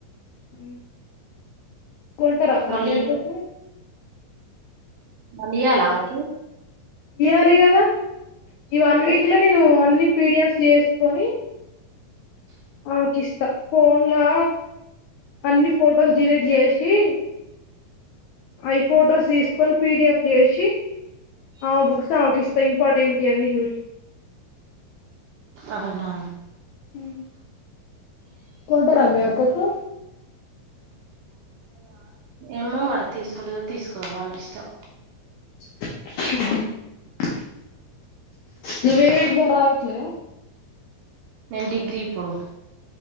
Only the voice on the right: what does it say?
మళ్ళీ
మళ్ళీ ఇయ్యాల ఆమెకు
అవునా
ఏమో మరి తీసుకుంటదో తీసుకోదో ఆమె ఇష్టం
నేను డిగ్రీ ఇప్పుడు